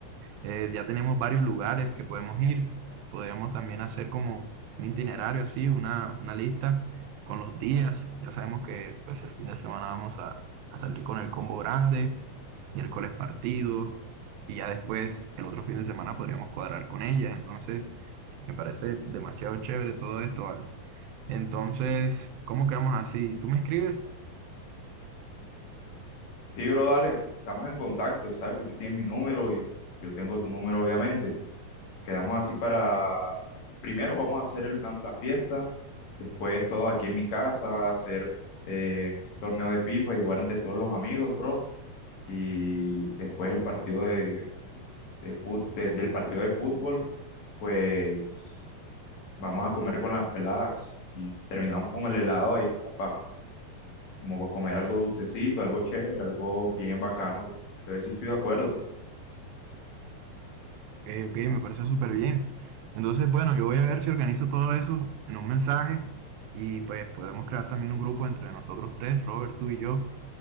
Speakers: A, on the right; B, on the left.
A: eh, ya tenemos varios lugares que podemos ir. Podríamos también hacer como un itinerario así, una, una lista con los días. Ya sabemos que pues el fin de semana vamos a, a salir con el combo grande, miércoles partido, y ya después el otro fin de semana podríamos cuadrar con ellas. Entonces, me parece demasiado chévere todo esto, ¿vale? Entonces, ¿cómo quedamos así? ¿Tú me escribes?
B: Sí, bro, dale, estamos en contacto, sabes que tú tienes mi número y yo tengo tu número, obviamente. Quedamos así para, primero vamos a hacer el plan de la fiesta, después todo aquí en mi casa, hacer eh, torneo de FIFA y jugar entre todos los amigos, bro. Y después el partido de, de fut- de- del partido de fútbol, pues vamos a comer con las peladas y terminamos con el helado ahí como para como pa comer algo dulcecito, algo chévere, algo bien bacano, bro. Entonces sí estoy de acuerdo.
A: Ok, ok, me parece súper bien. Entonces, bueno, yo voy a ver si organizo todo eso en un mensaje y pues podemos crear también un grupo entre nosotros tres, Robert, tú y yo,